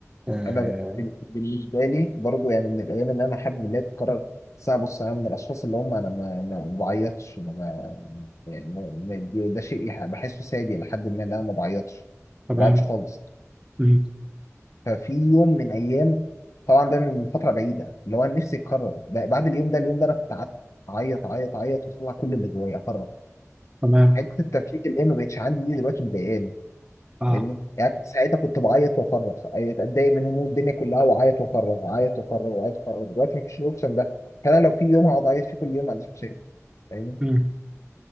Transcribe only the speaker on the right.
آه،
تمام
مم.
تمام
اه
مم.